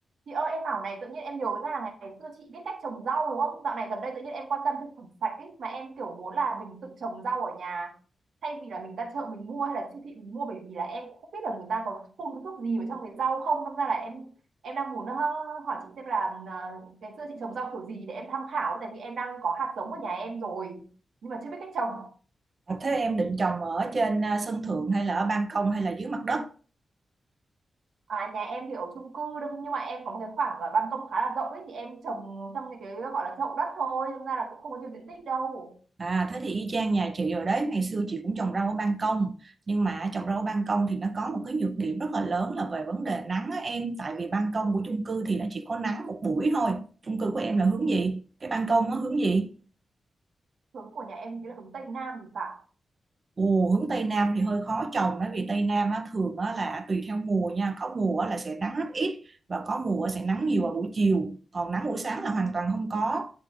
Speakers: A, on the right (about 85°); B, on the right (about 35°).
A: Chị ơi em bảo này tự nhiên em nhớ ra là ngày xưa chị biết cách trồng rau đúng không? Dạo này gần đây tự nhiên em quan tâm thực phẩm sạch ấy mà em kiểu muốn là mình tự trồng rau ở nhà thay vì là mình ra chợ mình mua hay là siêu thị mình mua bởi vì là em cũng không biết là người ta có phun cái thuốc gì vào trong cái rau không nên ra là em em đang muốn ờ, hỏi chị xem là ờ, ngày xưa chị trồng rau kiểu gì để em tham khảo tại vì em đang có hạt giống ở nhà em rồi nhưng mà chưa biết cách trồng
B: À, Thế em định trồng ở trên à, sân thượng hay là ở ban công hay là dưới mặt đất?
A: à nhà em thì ở chung cư đâm- nhưng mà em có một cái khoảng ờ, ban công khá là rộng ấy thì em trồng trong những cái gọi là chậu đất thôi nên ra là cũng không có nhiều diện tích đâu
B: À thế thì y chang nhà chị rồi đấy, ngày xưa chị cũng trồng rau ở ban công, nhưng mà trồng rau ở ban công thì nó có một cái nhược điểm rất là lớn là về vấn đề nắng á em, tại vì ban công của chung cư thì nó chỉ có nắng một buổi thôi. Chung cư của em là hướng gì? Cái ban công nó hướng gì?
A: hướng của nhà em hình như là hướng Tây Nam thì phải
B: Ồ, hướng Tây Nam thì hơi khó trồng đấy vì Tây Nam á, thường á, là tùy theo mùa nha có mùa á, là sẽ nắng rất ít và có mùa sẽ nắng nhiều vào buổi chiều còn nắng buổi sáng là hoàn toàn không có